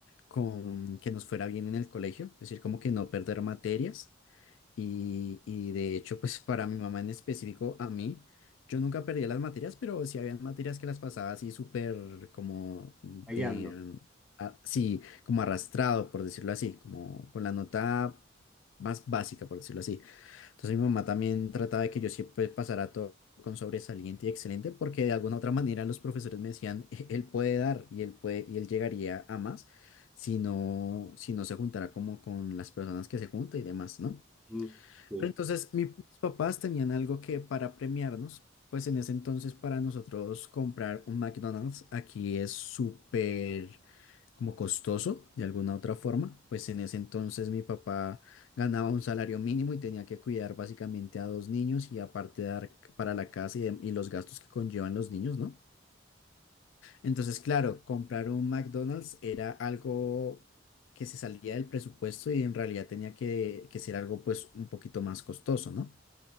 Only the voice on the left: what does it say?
con que nos fuera bien en el colegio, es decir, como que no perder materias y, y de hecho, pues para mi mamá en específico, a mí, yo nunca perdía las materias, pero sí había materias que las pasaba así súper como de,
mm, a- sí, como arrastrado, por decirlo así, como con la nota más básica, por decirlo así. Entonces mi mamá también trataba de que yo siempre pasara todo con sobresaliente y excelente, porque de alguna otra manera los profesores me decían, "E- él puede dar y él puede, y él llegaría a más si no, si no se juntara como con las personas que se junta y demás, ¿no?
Pero entonces mi- mis papás tenían algo que para premiarnos, pues en ese entonces para nosotros comprar un McDonald's aquí es súper como costoso de alguna otra forma, pues en ese entonces mi papá ganaba un salario mínimo y tenía que cuidar básicamente a dos niños y aparte dar para la casa y, dem- y los gastos que conllevan los niños, ¿no? Entonces, claro, comprar un McDonald's era algo que se salía del presupuesto y en realidad tenía que, que ser algo pues un poquito más costoso, ¿no?